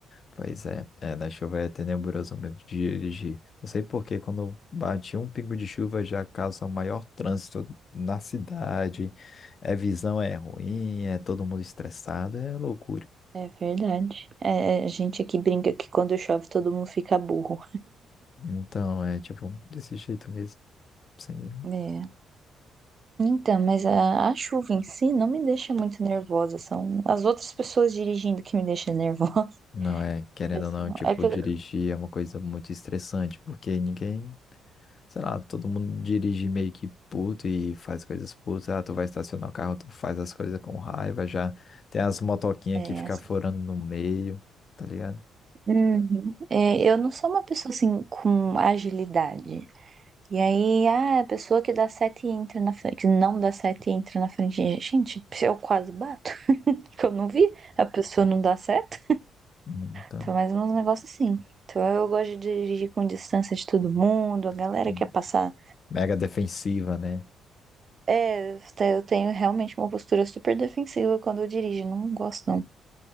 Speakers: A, on the left; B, on the right.
A: Pois é, é, na chuva é tenebroso mesmo de dirigir. Não sei por que quando bate um pingo de chuva já causa um maior trânsito na cidade, é visão é ruim, é todo mundo estressado, é loucura.
B: É verdade. É, a gente aqui brinca que quando chove todo mundo fica burro.
A: Então, é tipo, desse jeito mesmo. Sim.
B: É. Então, mas a, a chuva em si não me deixa muito nervosa. São as outras pessoas dirigindo que me deixam nervosa. <laughs>
A: Não é, querendo
B: Eu sou-
A: ou não, tipo,
B: É que
A: dirigir
B: eu,
A: é uma coisa muito estressante, porque ninguém Sei lá, todo mundo dirige meio que puto e faz coisas putas. Ah, tu vai estacionar o carro, tu faz as coisas com raiva já. Tem as motoquinhas
B: é,
A: que fica furando no meio, tá ligado?
B: Uhum. É, eu não sou uma pessoa assim com agilidade. E aí, ah, a pessoa que dá sete e entra na frente, que não dá sete e entra na frente. Gente, se eu quase bato, <laughs> que eu não vi, a pessoa não dá seta.
A: Uhum, tá.
B: Então, mais uns negócios assim. Então, eu gosto de dirigir com distância de todo mundo, a galera
A: Uhum.
B: quer passar.
A: Mega defensiva, né?
B: É, eu te- eu tenho realmente uma postura super defensiva quando eu dirijo, não gosto não.